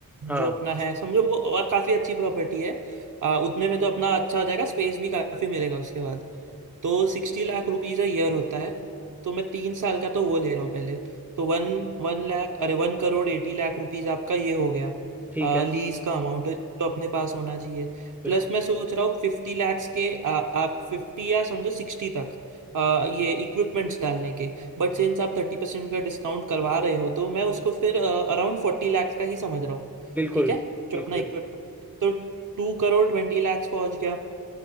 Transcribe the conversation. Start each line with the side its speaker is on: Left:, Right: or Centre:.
Centre: हाँ
Right: जो अपना है समझो वो और काफी अच्छी प्रॉपर्टी है अ, उतने में तो अपना अच्छा हो जाएगा स्पेस भी काफी मिलेगा उसके बाद तो सिक्सटी लाख रुपीज अ ईयर होता है तो मैं तीन साल का तो वो ले रहा हूँ पहले तो वन वन लाख अरे वन करोड़ एटी लाख रुपीज आपका ये हो गया
Centre: ठीक है
Right: लीज का अमाउंट जो अपने पास होना चाहिए
Centre: बिल्कुल
Right: प्लस मैं सोच रहा हूँ फिफ्टी लैक्स के आ, आप फिफ्टी या समझो सिक्सटी तक आ, ये इक्विपमेंट्स डालने के बट सिंस आप थर्टी परसेंट का डिस्काउंट करवा रहे हो तो मैं उसको फिर अराउंड फोर्टी लैक्स का ही समझ रहा हूँ
Centre: बिल्कुल
Right: ठीक है जो
Centre: बिल्कुल
Right: अपना इक्विपमेंट तो टू करोड़ ट्वेंटी लैक्स पहुंच गया